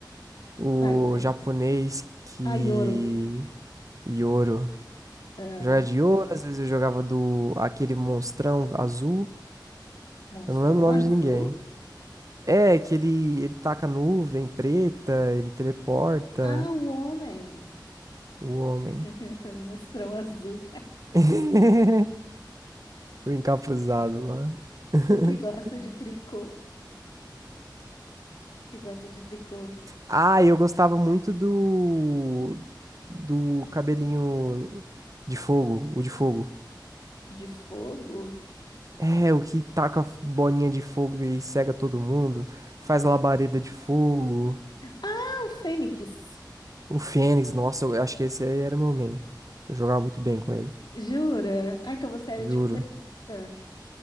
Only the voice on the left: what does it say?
Cypher.
Ah, Yoro.
Ah,
Monstrão
Azul.
Ah, o homem.
<laughs> Monstrão Azul.
O que gosta de tricô? que gosta de tricô?
De fogo?
Ah, o Fênix.
Jura? Ah, então você era
tipo duelista.